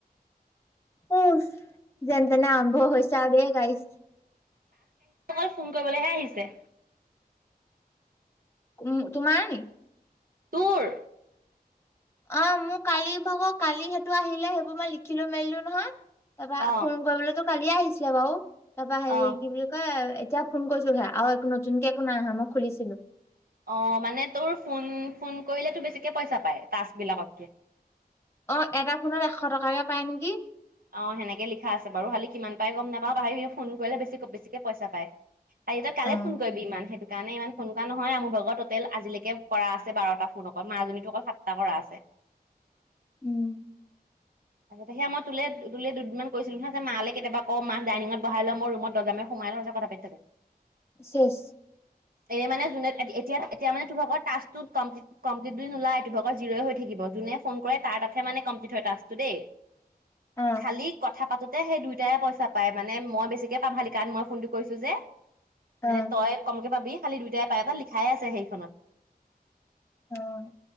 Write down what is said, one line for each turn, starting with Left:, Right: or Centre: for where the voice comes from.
Left: উম যেন তেনে আৰম্ভ হৈছে আৰু দেই গাইজ।
Right: <unintelligible> ফোন কৰিবলৈহে আহিছে।
Left: ও, তোমাৰ নি?
Right: তোৰ?
Left: অ, মোৰ কালি ভাগৰ কালি সেইটো আহিলে, সেইবোৰ মই লিখিলো মেলিলো নহয় তাপা,
Right: অ
Left: ফোন কৰিবলৈতো কালিয়ে আহিছিলে বাৰু, তাৰপা হেই,
Right: অ
Left: কি বুলি কয় এতিয়া ফোন কৰিছো হেয়া, আৰু একো নতুনকে একো নাই আহা, মই খুলিছিলো।
Right: অ', মানে তোৰ ফোন, ফোন কৰিলে তোৰ বেছিকৈ পইচা পায়, টাস্কবিলাকতকৈ।
Left: অ, এটা ফোনত এশ টকাকে পাই নেকি?
Right: অ, সেনেকে লিখা আছে বাৰু, খালি কিমান পাই গম নাপাওঁ, <unintelligible> ফোন কৰিলে বেছি বেছিকে পইচা পায়। আও এতিয়া কালে
Left: অ',
Right: ফোন কৰিবি ইমান সেইটো কাৰণে ইমান ফোন কৰা নহয় আও মোৰ ভাগৰ, টোটেল আজিলৈকে কৰা আছে বাৰটা ফোন অকল, মাজনীতো অকল সাতটা কৰা আছে।
Left: উম,
Right: আগতে সেয়া মই তোলে এদিন নে দুদিনমান কৰিছিলো নহয়, তাৰছত মা লে কেতিয়াবা কও, মাক ডাইনিঙত বহাই লওঁ, মই ৰুমত দৰ্জা মাৰি সোমাই লওঁ, তাছত কথা পাতি থাকো।
Left: চেচ।
Right: এনে মানে জোনে, এত এতিয়া তিয়া মানে তোৰ ভাগৰ টাস্কটো কমপ্লিট কম্প্লিট বুলি নোলায়। তোৰ ভাগৰ জিৰ ই হৈ থাকিব। জোনে ফোন কৰে, তাৰ তাতহে মানে কম দি থৈয় ষ্টাট টো দেই
Left: অ',
Right: খালি কথা পাতোতে সেই দুইোটাই পইচা পায়, মানে মই বেছিকে পাম খালি কাৰণ মই ফোনটো কৰিছোঁ যে
Left: অ',
Right: মানে তই কমকে পাবি খালি দুইটাই পায়। তাত লিখাই আছে সেইখনত
Left: অ',